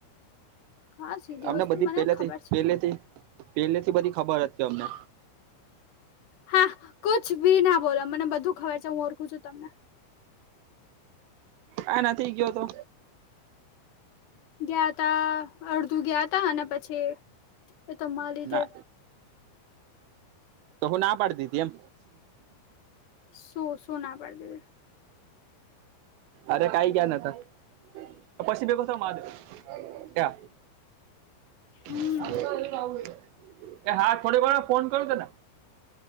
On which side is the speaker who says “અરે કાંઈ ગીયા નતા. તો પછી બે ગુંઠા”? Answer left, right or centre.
Right